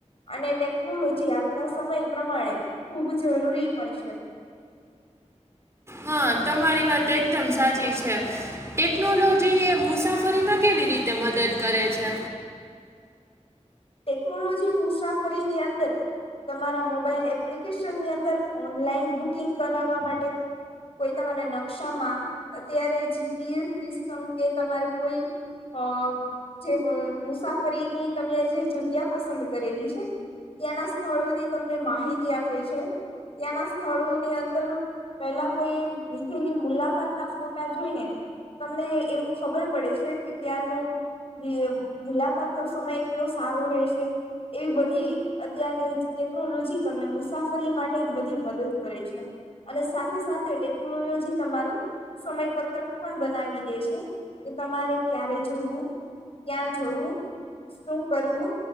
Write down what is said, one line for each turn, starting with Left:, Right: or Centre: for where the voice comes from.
Left: અને ટેકનોલોજી આજના સમય પ્રમાણે ખૂબ જરૂરી પણ છે.
Right: હા તમારી વાત એકદમ સાચી છે. ટેકનોલોજીએ મુસાફરીમાં કેવી રીતે મદદ કરે છે?
Left: ટેકનોલોજી મુસાફરી ની અંદર તમારા મોબાઈલ એપ્લિકેશનની અંદર ઓનલાઈન બુકિંગ કરાવવા માટે કોઈ તમારા નકશામાં અત્યારે જી પી એસ સિસ્ટમ કે તમારે કોઈ અ જે મુસાફરીની તમે જે જગ્યા પસંદ કરેલી છે. ત્યાંના સ્થળોની તમને માહિતી આપે છે ત્યાંના સ્થળોની અંદર પેલા કોઈ લીધેલી મુલાકાતના ફોટા જોઈને તમને એવું ખબર પડે છે કે ત્યાંરનું ને મુલાકાત નો સમય કેવો સારો રહેશે. એવી બધી અત્યારની ટેકનોલોજી તમને મુસાફરી માટે બધી મદદ કરે છે. અને સાથે સાથે ટેકનોલોજી તમારું સમય પત્રક પણ બનાવી દે છે કે તમારે ક્યારે જવવું ક્યાં જવું શું કરવું